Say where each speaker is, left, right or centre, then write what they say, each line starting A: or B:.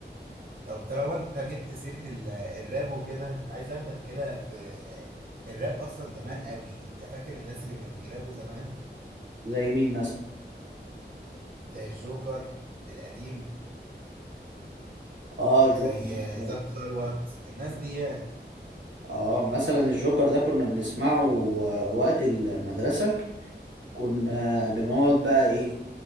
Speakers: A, on the right; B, on the right.
A: طب طالما انت جبت سيره ال- الراب وكده عايز اخدك كده في الراب اصلا زمان قوي انت فاكر الناس اللي كانوا بيرابوا زمان
B: زي مين مثلا
A: زي الجوكر القديم
B: اه الجوكر
A: زي
B: مثلا
A: زاب ثروت الناس دي يعني
B: اه مثلا الجوكر ده كنا بنسمعه آه، وقت المدرسة كنا بنقعد بقى ايه